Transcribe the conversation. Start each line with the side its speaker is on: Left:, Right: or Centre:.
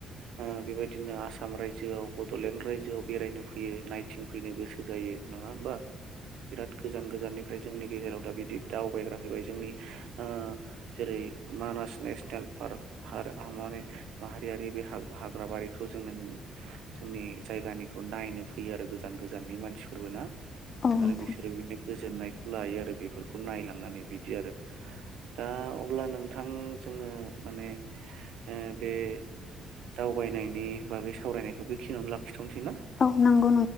Right: ओ बेबायदिनो आसाम रायजोआव बड'लेण्ड रायजोआव बेरायनो फैयो नायथिं फैनो गोसो जायो नङा होमबा? बिराद गोजान गोजाननिफ्राय जोंनि गेजेराव दा बिदि दावबायग्रा फैबाय जोंनि ओ जेरै मानास नेसनेल पार्क माने माहारियारि बे हा हाग्राबारिखौ जोङो जोंनि जायगानिखौ नायनो फैयो आरो गोजान गोजाननि मानसिफोरबो ना।
Left: औ नोंथां
Right: आरो बिसोरो बिदिनो गोजोननायखौ लायो आरो बेफोरखौ नायलांनानै बिदि आरो। दा अब्ला नोंथां जोङो माने ओ बे दावबायनायनि बागै सावरायनायखौ बेखिनियावनो लाखि थनोसैना
Left: औ नंगौ